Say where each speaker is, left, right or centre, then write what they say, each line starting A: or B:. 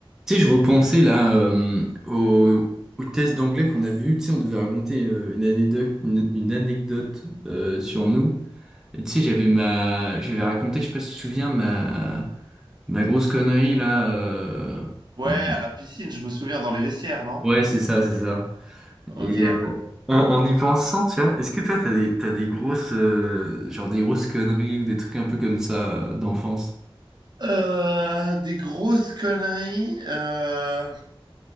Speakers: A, in the centre; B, on the right.
A: Tu sais, je repensais là euh, au, au test d'anglais qu'on avait eu. Tu sais, on devait raconter euh, une anecdote, une, une anecdote euh, sur nous. Et tu sais, j'avais ma, j'avais raconté, je sais pas si tu te souviens, ma, ma grosse connerie là. euh,
B: Ouais,
A: en-
B: à la piscine, je me souviens, dans les vestiaires, non?
A: Ouais, c'est ça, c'est ça.
B: Ok.
A: Et euh, en, en y pensant, tu vois, est-ce que toi, t'as des, t'as des grosses, euh, genre des grosses conneries ou des trucs un peu comme ça euh, d'enfance?
B: Euh, des grosses conneries. Euh,